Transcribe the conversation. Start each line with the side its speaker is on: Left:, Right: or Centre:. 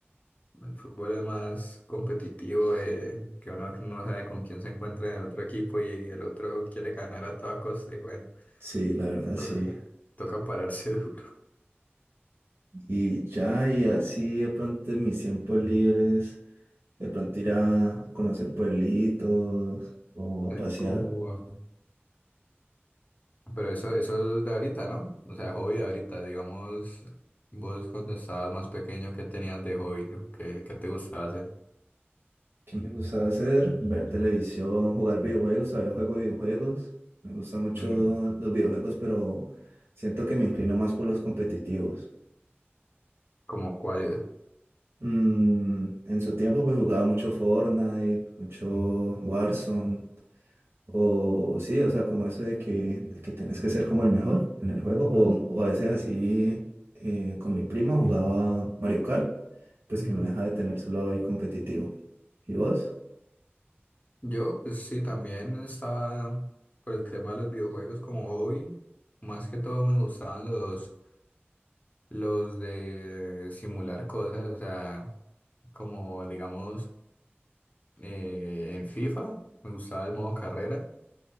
Left: El fútbol es más competitivo, eh, que uno no sabe con quién se encuentra en el otro equipo y el otro quiere ganar a toda costa y bueno,
Right: sí, la verdad
Left: to-
Right: sí.
Left: toca pararse <laughs> duro.
Right: Y ya, y así de pronto en mis tiempos libres. De pronto ir a conocer pueblitos o a
Left: Recu-
Right: pasear.
Left: Pero eso, eso es de ahorita, ¿no? O sea, hobby de ahorita, digamos, vos cuando estabas más pequeño, ¿qué tenías de hobby? ¿Qué, qué te gustaba hacer?
Right: ¿Qué me gustaba hacer? Ver televisión, jugar videojuegos. Todavía juego videojuegos. Me gustan mucho
Left: Ujú.
Right: los videojuegos, pero siento que me inclino más por los competitivos.
Left: ¿Como cuál?
Right: Mm, en su tiempo pues jugaba mucho Fortnite, mucho Warzone. O sí, o sea, como eso de que, de que tenés que ser como el mejor en el juego.
Left: Ujú,
Right: O, o a veces así eh, con mi prima jugaba Mario Kart, pues
Left: ujú.
Right: que no deja de tener su lado ahí competitivo. ¿Y vos?
Left: Yo, pues sí, también estaba por el tema de los videojuegos como hobby. Más que todo me gustaban los los de simular cosas, o sea, como digamos eh, en FIFA, me gustaba el modo carrera